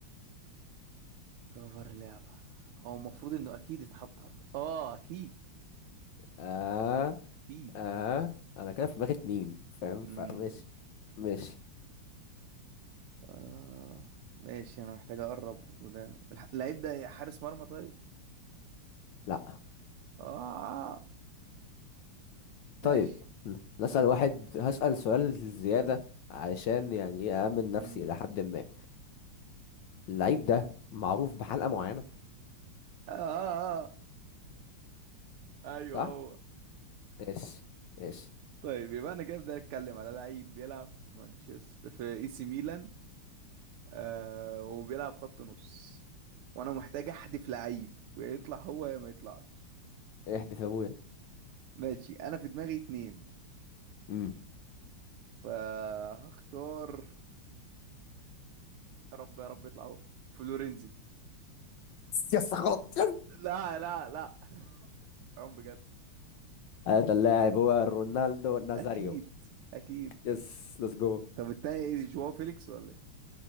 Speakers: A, on the right; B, on the left.
A: كفر لعبة هو المفروض انه اكيد اتحط على ك- اه اكيد
B: اه
A: اكيد
B: اه انا كده في دماغي اتنين فاهم
A: امم
B: فماشي ماشي
A: اه ماشي انا محتاج اقرب وده الح- اللعيب ده حارس مرمى طيب
B: لا
A: اه
B: طيب
A: ماشي
B: نسأل واحد هسأل سؤال زيادة علشان يعني ايه أأمن نفسي
A: امم
B: إلى حد ما اللعيب ده معروف بحلقة معينة
A: اه, آه. آه. <laughs> ايوه
B: صح؟
A: هو
B: ماشي ماشي
A: طيب يبقى انا كده بدي اتكلم على لعيب بيلعب في مانشستر في اي سي ميلان آه وبيلعب خط نص وانا محتاج احدف لعيب ويا يطلع هو يا ما يطلعش
B: احذف يا ابويا
A: ماشي انا في دماغي اتنين
B: امم
A: فهختار يا رب يا رب يطلع هو فلورنزي
B: يس غلط يس
A: لا لا لا حرام بجد
B: هذا اللاعب هو رونالدو نازاريو
A: اكيد اكيد
B: يس ليتس جو
A: طب التاني ايه جواو فيليكس ولا ايه